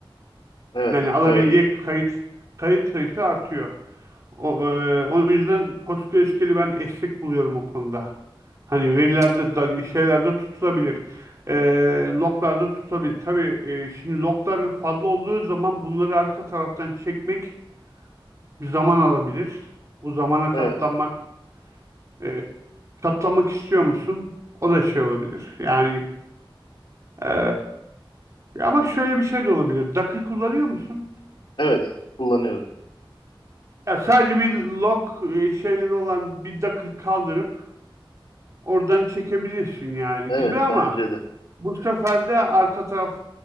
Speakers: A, on the left (about 65°); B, on the right (about 35°).
A: Evet,
B: Yani alabilecek
A: evet.
B: kayıt kayıt sayısı artıyor. O, e, o yüzden PostgreSQL'i ben esnek buluyorum o konuda. Hani
A: Hı
B: verilerde
A: hı.
B: da şeylerde tutulabilir. E, loglarda tutulabilir. Tabii e, şimdi loglar fazla olduğu zaman bunları arka taraftan çekmek bir zaman alabilir. Bu zamana katlanmak
A: Evet,
B: e, katlanmak istiyor musun? O da şey olabilir. Yani e, ama şöyle bir şey de olabilir. Docker kullanıyor musun?
A: evet. Kullanıyorum.
B: Ya sadece bir log e, şeyleri olan bir Docker kaldırıp oradan çekebilirsin yani
A: Evet
B: gibi ama
A: bence de.
B: bu sefer de arka taraf